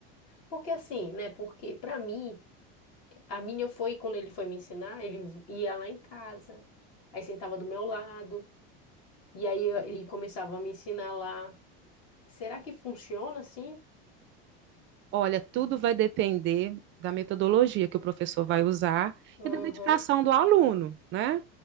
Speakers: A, on the left (about 55°); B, on the right (about 40°).
A: Porque assim, né? Porque pra mim, a minha foi quando ele foi me ensinar, ele v- ia lá em casa, aí sentava do meu lado, e aí eu- ele começava a me ensinar lá. Será que funciona assim?
B: Olha, tudo vai depender da metodologia que o professor vai usar
A: Uhum.
B: e da dedicação do aluno, né?